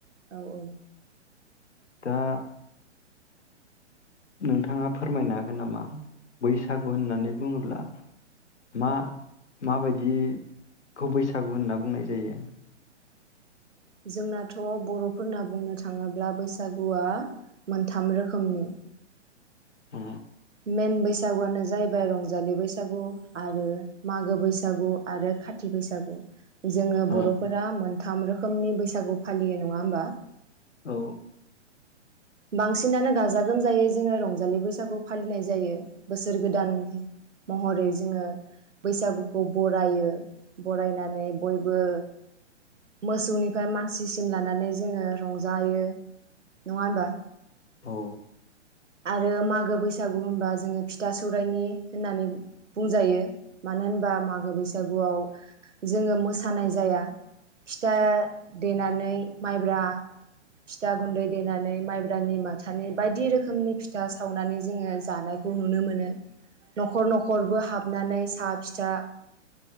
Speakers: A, on the right (about 80°); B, on the left (about 70°).
A: औ औ।
B: दा नोंथाङा फोरमायनो हागोन नामा बैसागु होननानै बुङोब्ला मा माबायदिखौ बैसागु होनना बुंनाय जायो?
A: जोंनाथ' बर'फोरना बुंनो थाङोब्ला बैसागुआ मोनथाम रोखोमनि।
B: अ
A: मेन बैसागुआनो जाहैबाय रंज जालि बैसागु आरो मागो बैसागु आरो खाथ थि बैसागु जोङो
B: औ
A: बर'फोरा मोन थाम रोखोमनि बैसागु फालियो नङा होमबा?
B: औ।
A: बांसिनानो गाजा गोमजायै जोङो रंजालि बैसागु फालिनाय जायो। बोसोर गोदान महरै। जोङो बैसागुखौ बरायो बरायनानै बयबो। मोसौनिफ्राय मानसिसिम लानानै जोंङो रंजायो। नंङा होमबा?
B: औ
A: आरो मागो बैसागु होनबा जोंङो फिथा सौरायनि होननानै बुंजायो। मानो होनबा मागो बैसागुआव जोंङो मोसानाय जाया। फिथा देनानै माइब्रा फिथा गुन्दै देनानै माइब्रानि माथानि बायदि रोख खोमनि फिथा सावनानै जोंङो जानायखौ नुनो मोनो न'खर न'खरबो हाबनानै साहा फिथा